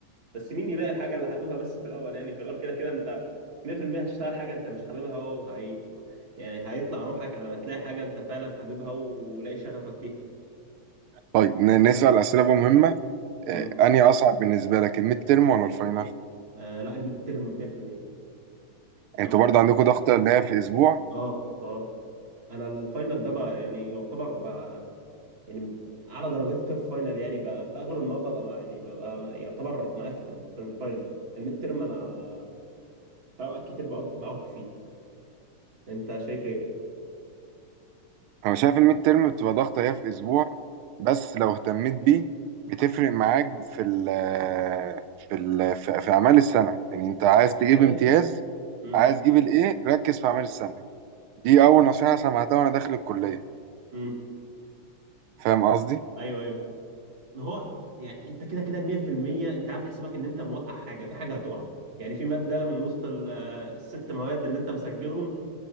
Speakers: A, on the right; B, on the right.
A: بس مين يلاقي الحاجه اللي حاببها بس في الاول يعني في الاول كده كده انت 100% هتشتغل حاجه انت مش حاببها وهي يعني هيطلع روحك على ما تلاقي حاجه انت فعلا حاببها ولاقي شغفك فيها
B: طيب ن- نسأل أسئلة بقى مهمة آه،
A: امم
B: أنهي أصعب بالنسبة لك الميد ترم ولا الفاينل؟
A: آه لا الميد ترم 100%
B: أنتوا
A: انا
B: برضه عندكم ضغطة اللي هي في أسبوع
A: اه اه انا الفاينل ده بقى يعني يعتبر بقى يعني اعلى درجاتي في الفاينل يعني بقى في اغلب المواد ببقى مع- يعني ببقى م- يعتبر مقفل في الفاينل الميد ترم انا في اوقات كتير بعك بعك فيه انت شايف ايه
B: أنا شايف الميد ترم بتبقى ضغطة هي في أسبوع بس لو اهتميت بيه بتفرق معاك في ال في ال في في أعمال السنة يعني أنت عايز تجيب
A: ده 100%
B: امتياز
A: امم
B: عايز تجيب الإيه ركز في أعمال السنة دي أول نصيحة سمعتها وأنا داخل الكلية
A: امم
B: فاهم قصدي؟
A: ايوه ايوه هو يعني انت كده كده 100% انت عامل حسابك ان انت موقع حاجه في حاجه هتقع يعني في ماده من وسط ال- آه، الست مواد اللي انت مسجلهم